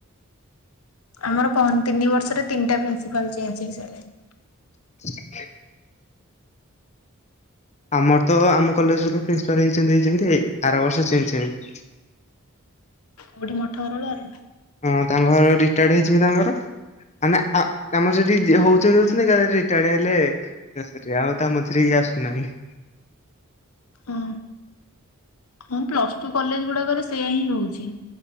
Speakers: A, on the left; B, on the left.
A: ଆମର କହନି ତିନି ବର୍ଷରେ ତିନିଟା ପ୍ରିନ୍ସିପାଲ ଚେଞ୍ଜ ହେଇସାରିଲେଣି।
B: <inaudible> ଆମର ତ ଆମ କଲେଜର ପ୍ରିନ୍ସିପାଲ ହେଇଚନ୍ତି ହେଇଛନ୍ତି ଆର ବର୍ଷ ଚେଞ୍ଜ ହେବେ।
A: କଉଠି ମଠକରଗୋଳାରେ?
B: ହଁ ତାଙ୍କ ଘର ରିଟାୟାର୍ଡ ହେଇଯିବେ ତାଙ୍କର। ମାନେ ଆ ଆମର ସେଠି ଯିଏ ହଉଛନ୍ତି ହଉଛନ୍ତି ଏକାଏଳେ ରିଟାର୍ଡ ହେଲେ <unintelligible> ଆଉ ତା ମଝିରେ କିଏ ଆସୁନାହାଁନ୍ତି।
A: ହଁ ହଁ ପ୍ଲସ ଟୁ କଲେଜ ଗୁଡାକରେ ସେଇୟା ହିଁ ହଉଛି।